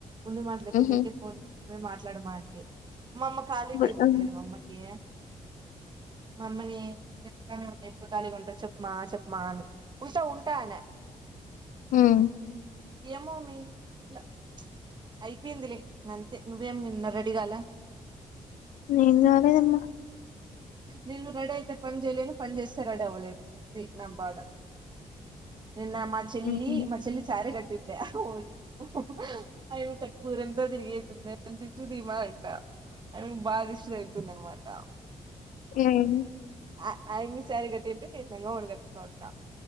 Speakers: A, on the right; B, on the left.
A: ఉండు మాట్లయితే
B: ఉహు
A: నీకే ఫోన్ మే మాట్లాడమా అంటే మా అమ్మ ఖాళీ
B: గుడ్
A: టైమ్
B: హ్మ్
A: ఉంటాయి కదా అమ్మకి మమ్మని <unintelligible> ఎప్పుడు ఖాలీగా ఉంటో చెప్పమా చెప్పమా అని ఉంటా ఉంట ట్ట నే
B: హ్మ్
A: ఏమో మీ ఇట్లా అయిపోయింది లే అంతే నువ్వేం నిన్న రెడీగాలా
B: నేను గలేద్ అమ్మ
A: నేను రెడీ అయితే పని చేయలేను పని చేస్తే రెడీ అవ్వలేను ఇది నా బాధ నిన్న మా చెల్లి
B: ఉహు
A: మా చెల్లి సారీ గట్టి <unintelligible> అమ్మి కట్టుకొని ఊరంతా తిరిగి దిష్టికి తీమ అంట కు బాగా దిష్టి జరుగుతుంది అనమాట
B: హ్మ్.
A: ఆ ఆయామీ సారి కట్టింటే నేను లగవోని కట్టుకొని ఉంటా